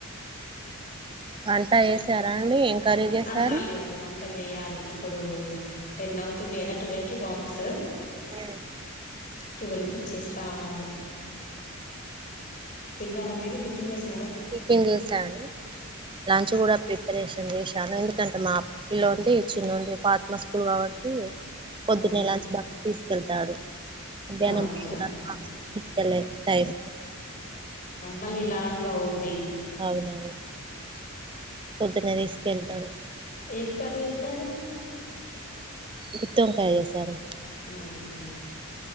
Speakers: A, on the right; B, on the left.
A: వంట చేశార అండి కర్రీ చేసారు
B: ఆహా లేదు వంట చేయాలి ఇప్పుడు టెన్ అవుతుంది కద టువల్కి బాక్స్
A: ఉ
B: టువెల్ కి ఇచ్చేసి రావాలి తిన్నారా మీరు టిఫిన్ చేస్
A: కుకింగ్ చేశాను లంచ్ కూడ ప్రిపరేషన్ చేశాను ఎందు ఎకంటే మా పిల్లోన్ది చిన్నోన్ది ఉంది పాతి మా స్కూల్ కాబట్టి పొద్దున్నే
B: ఓకే
A: లంచ్ బాక్స్ తీసుకెళ్తాడు. మధ్యానం
B: ఓకే
A: లంచ్ బాక్స్ తీసుకెళ్లలేదు <unintelligible> టైం
B: మళ్ళీ లాంగ్ అవుద్ది.
A: అవునా పొద్దున్న తీసుకు వెళ్తాడు.
B: ఏం కర్రీ చేసారు?
A: గుత్తొంకాయ చేసారు
B: అవునవును